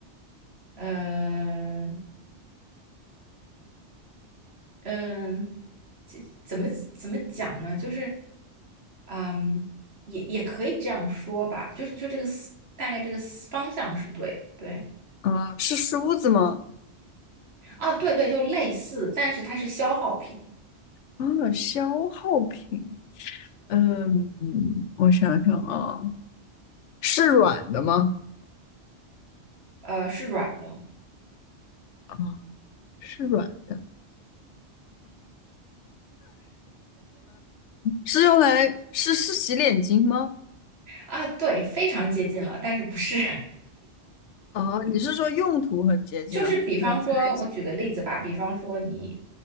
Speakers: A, on the right (about 60°); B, on the left (about 85°).
A: 呃，嗯，这怎么怎么讲呢？就是，嗯，也也可以这样说吧，就是就这个思大概这个思方向是对的，对
B: 啊，是梳子吗？
A: 啊，对对，就类似，但是它是消耗品，
B: 啊，消耗品，嗯，我想想啊，是软的吗？
A: 呃，是软的
B: 啊，是软的，是用来是是洗脸巾吗？
A: 啊，对，非常接近了，但是不是，
B: 啊，你是说用途很接近了，
A: <laughs> 就是比方说，
B: 还是材质很接
A: 我举个例子吧，比方说你，